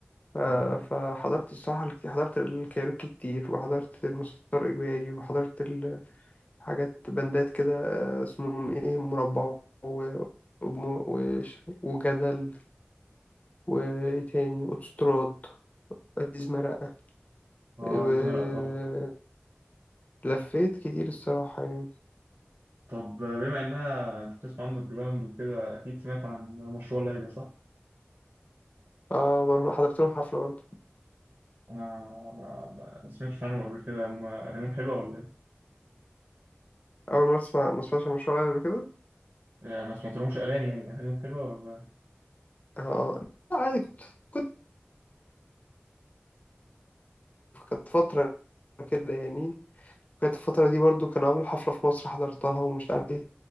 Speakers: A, on the left; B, on the right.
A: ف-
B: مم.
A: فحضرت الصراحة حضرت الكايروكي كتير وحضرت المسار إجباري وحضرت حاجات بندات كده اسمهم ايه مربع وم- وش- وجدل وايه تاني وتستراد ازيز مرقة
B: آه
A: و-
B: عزيز مرقة طبعا
A: لفيت كتير الصراحة يعني
B: طب بما إنها أنت بتسمع عندك جراوند وكده أكيد سمعت عن مشروع ليلى صح؟
A: اه مرة حضرت لهم حفلة برضه
B: انا ما ما ما سمعتش عنهم قبل كده هم اغانيهم حلوه ولا ايه
A: أول مرة أسمع ما أسمعش مشروع يعني قبل كده
B: يعني ما سمعتلهمش اغاني يعني اغانيهم حلوه ولا
A: اه لا، عادي كنت كنت كانت فترة كده يعني كانت الفترة دي برضه كانوا عملوا حفلة في مصر حضرتها ومش عارف ايه